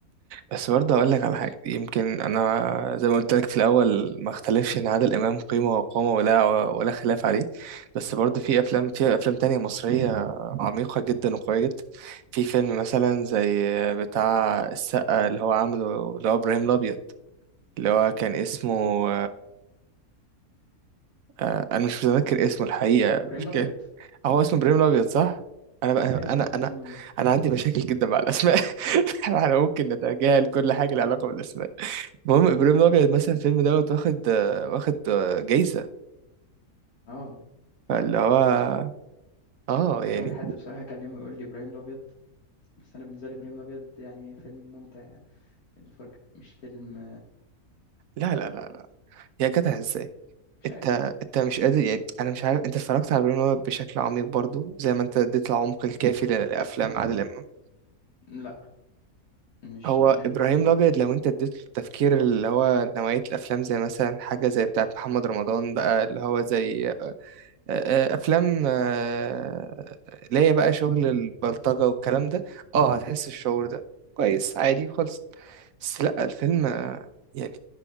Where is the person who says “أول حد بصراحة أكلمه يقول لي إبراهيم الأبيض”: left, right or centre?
Left